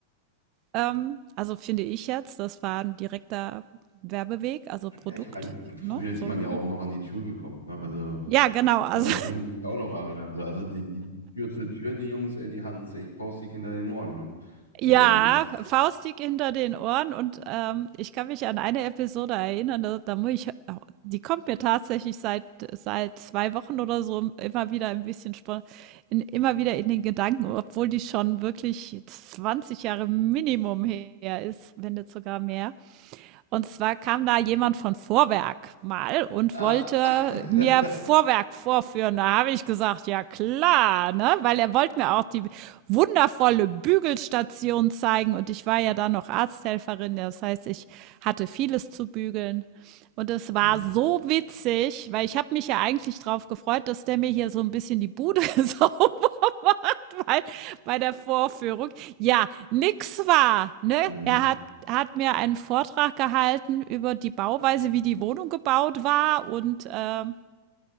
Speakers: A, on the right (about 40°); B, on the left (about 85°).
A: ähm, also, finde ich jetzt, das war ein direkter Werbeweg, also, Produkt,
B: Ja, ich meine, früher
A: ne,
B: ist
A: so,
B: man ja auch
A: hm.
B: noch an die Tür gekommen. Ne? Also
A: Ja, genau, also
B: daran kann ich mich auch noch erinnern. Also, also die, die, die Tür zur Tür, die Jungs, ey, die hatten es echt faustdick hinter den Ohren. Ne? Also,
A: Ja,
B: es-
A: faustdick hinter den Ohren und, ähm, ich kann mich an eine Episode erinnern, da da muss ich die kommt mir tatsächlich seit seit 2 Wochen oder so immer wieder ein bisschen spo in immer wieder in den Gedanken, obwohl die schon wirklich 20 Jahre Minimum her ist, wenn nicht sogar mehr. Und zwar kam da jemand von Vorwerk mal und
B: ah.
A: wollte
B: <laughs>
A: mir Vorwerk vorführen. Da habe ich gesagt, ja klar, ne? Weil er wollte mir auch die wundervolle Bügelstation zeigen. Und ich war ja dann noch Arzthelferin. Das heißt, ich hatte vieles zu bügeln. Und es
B: Mhm.
A: war so witzig, weil ich habe mich ja eigentlich drauf gefreut, dass der mir hier so ein bisschen die Bude <laughs> sauber bei, bei der Vorführung. Ja, nix war. Ne?
B: Mhm.
A: Er hat, hat mir einen Vortrag gehalten über die Bauweise, wie die Wohnung gebaut war und ähm,